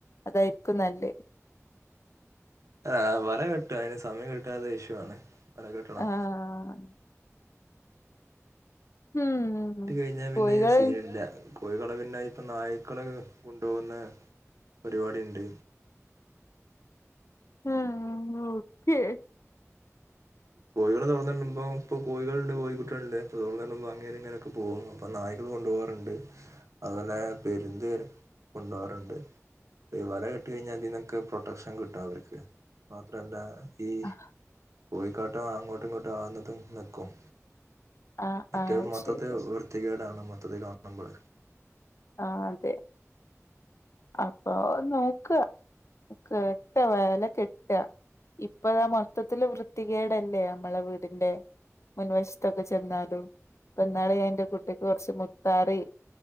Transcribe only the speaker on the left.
അതായിരിക്കും നല്ലേ
ആഹ് ഉം
കോഴികൾ
ആഹ ഓക്കെ
ആ
ആ
ആ
ശരി
ആഹ അതെ അപ്പൊ നോക്ക. കെട്ട വല കെട്ട ഇപ്പതാ മൊത്തത്തില് വൃത്തികേടല്ലേ നമ്മളെ വീടിന്റെ മുൻവശത്തൊക്കെ ചെന്നാലും ഇപ്പൊ ഇന്നാള ഞാൻ എന്റെ കുട്ടിക്ക് കുറച്ച് മുത്താറി